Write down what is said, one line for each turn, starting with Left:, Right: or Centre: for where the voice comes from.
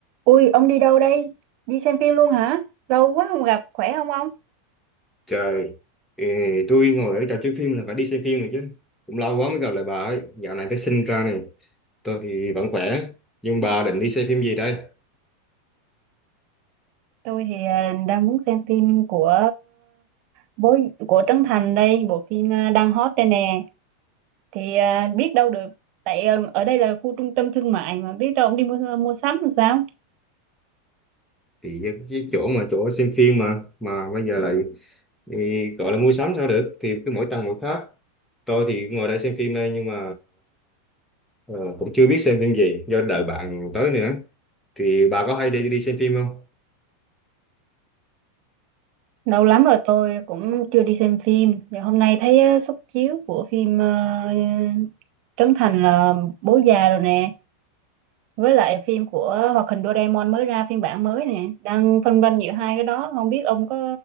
Right: Ui, ông đi đâu đây? Đi xem phim luôn hả? Lâu quá không gặp, khỏe không ông?
Centre: Trời, ừ, tôi ngồi ở trò chơi phim là phải đi xem phim rồi chứ. Cũng lâu quá mới gặp lại bà ấy. Dạo này cái sinh ra này, tôi thì vẫn khỏe. Nhưng bà định đi xem phim gì đây?
Right: Tôi thì à, đang muốn xem phim của bố của Trấn Thành đây, bộ phim à, đang hot đây nè. Thì à, biết đâu được, tại à, ở đây là khu trung tâm thương mại mà biết đâu ông đi mua ờ, mua sắm làm sao?
Centre: Thì cái cái chỗ mà chỗ xem phim mà mà bây giờ lại ừ, gọi là mua sắm sao được? Thì cứ mỗi tầng mỗi khác. Tôi thì ngồi đây xem phim đây nhưng mà ờ, cũng chưa biết xem phim gì do đợi bạn tới nữa. Thì bà có hay đi đi xem phim không?
Right: Lâu lắm rồi tôi cũng chưa đi xem phim. Thì hôm nay thấy à, suất chiếu của phim à, Trấn Thành là bố già rồi nè. với lại phim của hoạt hình Doraemon mới ra phiên bản mới nè đang phân vân giữa hai cái đó không biết ông có